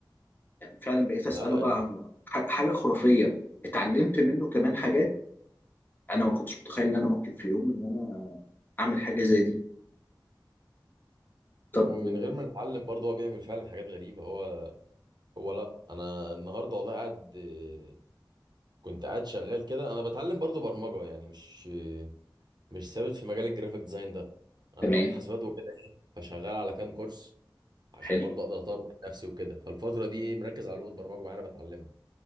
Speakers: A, on the left (about 25°); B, on the right (about 55°).
A: يعني فعلا بقيت
B: لا
A: أسأله
B: لا
A: بقى عن ح- حاجة خرافية اتعلمت منه كمان حاجات أنا ما كنتش متخيل إن أنا ممكن في يوم إن أنا أعمل حاجة زي دي طب
B: ومن
A: آه،
B: غير ما نتعلم برضه هو بيعمل فعلا حاجات غريبة هو هو لا انا النهارده والله قاعد آه، كنت قاعد شغال كده انا بتعلم برضه برمجة يعني مش آه، مش ثابت في مجال الجرافيك ديزاين ده انا
A: تمام
B: خريج حسابات فشغال على كام كورس عشان
A: حلو
B: برضه اقدر اطور مم. من نفسي وكده فالفتره دي ايه مركز على لغه برمجه معينه بتعلمها